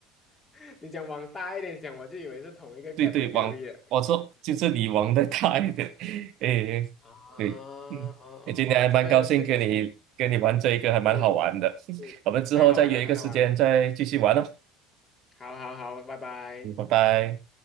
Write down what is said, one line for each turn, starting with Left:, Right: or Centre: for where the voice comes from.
Left: <laughs> 你讲往大一点讲，我就以为是同一个 category
Right: 对对，网，
Left: 了。
Right: 我说就是你网的大一点，<laughs> 诶，
Left: 啊，啊啊！
Right: 对，嗯，诶今天还蛮高兴跟你跟你玩这一个，
Left: 哇，这个这个
Right: 还蛮好玩的，
Left: 是是太好玩了，
Right: <laughs> 我们之后再约一个时间再继续玩哦，
Left: 太好玩了。好好好，拜拜。
Right: 嗯拜拜。